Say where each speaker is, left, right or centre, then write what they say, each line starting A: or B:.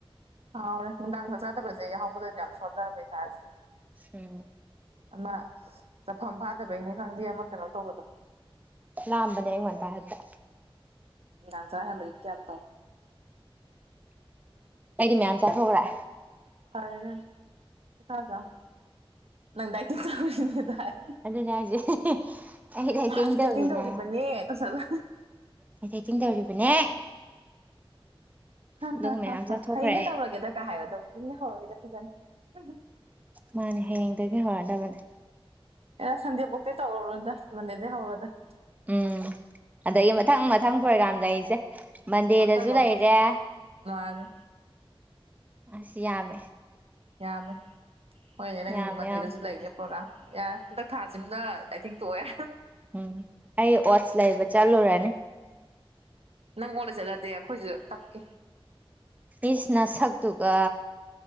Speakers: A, on the right; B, on the right.
A: ꯍꯥꯎꯔꯦ ꯅꯨꯡꯗꯥꯡ ꯆꯥꯛ ꯆꯥꯗꯕꯖꯦ ꯌꯥꯍꯧꯕꯒ ꯌꯥꯝ ꯁꯣꯟꯗꯕ ꯏꯁꯥꯥꯁꯤ
B: ꯎꯝ
A: ꯑꯃ ꯆꯠꯐꯝ ꯐꯥꯗꯕꯩꯅꯤ ꯈꯪꯗꯦ ꯑꯃ ꯀꯩꯅꯣꯝ ꯇꯧꯕꯗꯣ
B: ꯂꯥꯝꯕꯅꯦ ꯑꯌꯨꯛ ꯉꯟꯇꯥ ꯍꯦꯛꯇ
A: ꯅꯨꯡꯗꯥꯡ ꯆꯔꯥ ꯍꯦꯟꯕꯗꯤ <inaudible>
B: ꯑꯩꯗꯤ ꯃꯌꯥꯝ ꯆꯥꯊꯣꯛꯈ꯭ꯔꯦ
A: <unintelligible>
B: ꯑꯗꯨꯅꯦ ꯍꯥꯏꯖꯦ ꯑꯩ ꯗꯥꯏꯇꯤꯡ
A: ꯅꯍꯥꯟ
B: ꯇꯧꯔꯤꯅꯦ
A: ꯇꯧꯔꯤꯕꯅꯦ ꯇꯧꯁꯜꯂꯒ
B: ꯑꯩ ꯗꯥꯏꯇꯤꯡ ꯇꯧꯔꯤꯕꯅꯦ
A: ꯍ
B: ꯑꯗꯨꯒ
A: ꯍ
B: ꯃꯌꯥꯝ
A: ꯍ ꯍꯥ
B: ꯆꯥꯊꯣꯛꯈ꯭ꯔꯦ
A: ꯍꯌꯦꯡꯗꯩ ꯇꯧꯔꯒꯦꯗ ꯀꯥꯏ ꯍꯥꯏꯕꯗꯣ ꯍꯌꯦꯡꯅ ꯍꯧꯔꯒꯦꯗ ꯐꯖꯅ
B: ꯃꯥꯅꯦ ꯍꯌꯦꯡꯗꯒꯤ ꯍꯧꯔꯗꯕꯅꯦ
A: ꯑꯦ ꯁꯟꯗꯦ ꯕꯧꯇꯤ ꯇꯧꯔꯅꯨꯗ ꯃꯟꯗꯦꯗꯩ ꯍꯧꯔꯣꯗ
B: ꯎꯝ ꯑꯗꯒꯤ ꯃꯊꯪ ꯃꯊꯪ ꯄ꯭ꯔꯣꯒꯥ꯭ꯔꯝ ꯂꯩꯔꯤꯖꯦ ꯃꯟꯗꯦꯗꯁꯨ
A: ꯋꯥꯊꯛ ꯋꯥꯊ
B: ꯂꯩꯔꯦ
A: ꯃꯥꯅꯦ
B: ꯑꯁ ꯌꯥꯝꯃꯦ
A: ꯌꯥꯝꯃꯦ ꯍꯣꯏꯅꯦ ꯅꯪ
B: ꯌꯥꯝꯃꯦ
A: ꯃꯟꯗꯦꯗꯁꯨ
B: ꯌꯥꯝ
A: ꯂꯩꯅꯦ ꯄ꯭ꯔꯣꯒꯥ꯭ꯔꯝ ꯌꯥꯔꯦ ꯍꯟꯗꯛ ꯊꯥꯁꯤꯃꯅ ꯗꯥꯏꯇꯤꯡ ꯇꯣꯛꯑꯦ
B: ꯎꯝ ꯑꯩ ꯑꯣꯠꯁ ꯂꯩꯕ ꯆꯠꯂꯨꯔꯅꯤ
A: ꯅꯪ ꯑꯣꯠ ꯂꯩꯆꯠꯂꯗꯤ ꯑꯩꯈꯣꯏꯖꯨ ꯇꯞꯀꯦ
B: ꯏꯁ ꯅꯁꯛꯇꯨꯒ